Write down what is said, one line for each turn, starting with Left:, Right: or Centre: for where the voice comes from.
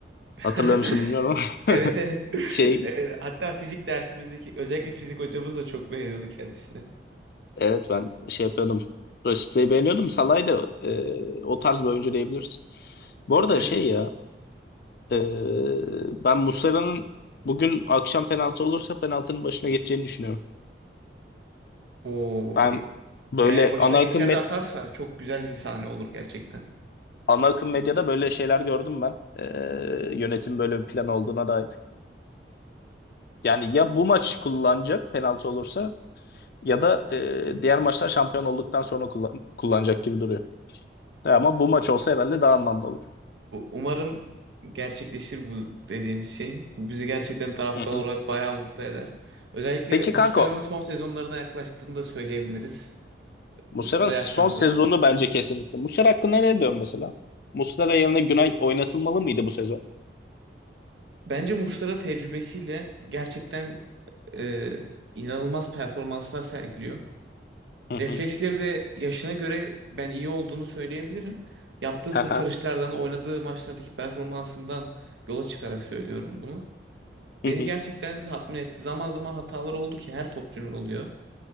Right: <laughs>
Left: Hatırlıyor musun bilmiyorum
Right: Evet
Left: ama <laughs>
Right: evet.
Left: şey
Right: <laughs> Evet. Hatta fizik dersimizdeki özellikle fizik hocamız da çok beğeniyordu kendisini.
Left: Evet ben şey yapıyordum. Rashica'yı beğeniyordum. Salah'ı da e, o tarz bir oyuncu diyebiliriz. Bu arada
Right: Evet
Left: şey
Right: evet.
Left: ya e, ben Muslera'nın bugün akşam penaltı olursa penaltının başına geçeceğini düşünüyorum.
Right: O
Left: Ben
Right: ge-
Left: böyle
Right: eğer başına
Left: ana
Right: geçer
Left: akım med-
Right: de atarsa çok güzel bir sahne olur gerçekten.
Left: ana akım medyada böyle şeyler gördüm ben. E, yönetim böyle bir plan olduğuna dair. Yani ya bu maç kullanacak penaltı olursa ya da e, diğer maçlar şampiyon olduktan sonra kullan- kullanacak gibi duruyor. E, Ama bu maç olsa herhalde daha anlamlı olur.
Right: U- Umarım gerçekleşir bu dediğimiz şey. Bu bizi gerçekten taraftar
Left: Hı hı.
Right: olarak bayağı mutlu eder. Özellikle
Left: Peki
Right: Muslera'nın
Left: kanko
Right: son sezonlarına yaklaştığını da söyleyebiliriz.
Left: Muslera'nın
Right: Muslera
Left: son
Right: yaşlandı.
Left: sezonu bence kesinlikle. Muslera hakkında ne diyorsun mesela? Muslera yerine
Right: Muslera-
Left: Günay oynatılmalı mıydı bu sezon?
Right: Bence Muslera tecrübesiyle gerçekten e, inanılmaz performanslar sergiliyor.
Left: Hı
Right: Refleksleri
Left: hı.
Right: de yaşına göre ben iyi olduğunu söyleyebilirim. Yaptığı kurtarışlardan,
Left: Haha.
Right: oynadığı maçlardaki performansından yola çıkarak söylüyorum bunu.
Left: Hı
Right: Beni
Left: hı.
Right: gerçekten de tatmin etti. Zaman zaman hatalar oldu ki her topçunun oluyor.